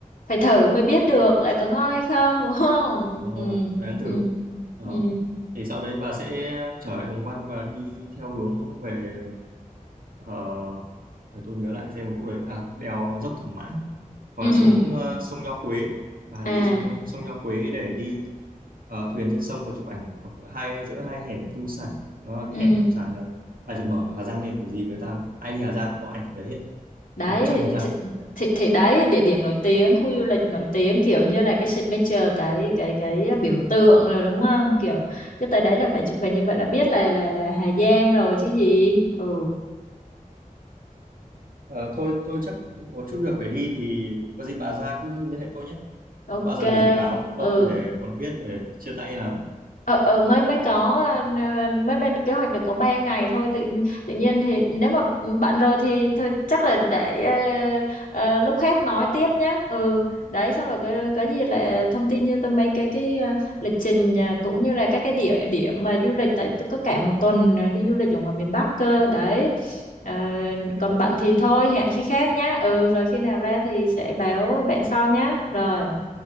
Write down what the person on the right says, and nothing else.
đúng
rồi phải ăn
thử đó
thì sau đấy bà sẽ trở lại Đồng Văn và đi theo hướng về ờ, để tôi nhớ lại xem một chỗ đấy à đèo dốc Thẩm Mã hoặc
là xuống ờ, sông Nho Quế và
để đi xuống sông, sông Nho Quế để đi ờ, thuyền trên sông và chụp ảnh ở hai giữa hai hẻm tu sản nó là cái
hẻm tu sản là bà chỉ mở Hà Giang lên kiểu gì người ta ai đi Hà Giang cũng có ảnh ở đấy hết
một trăm phần trăm
Ờ, thôi tôi chắc cũng có chút việc phải đi thì có gì bà ra cứ liên hệ tôi nhé. Ờ,
Bao giờ nghỉ báo
tôi để còn biết để chia tay nào.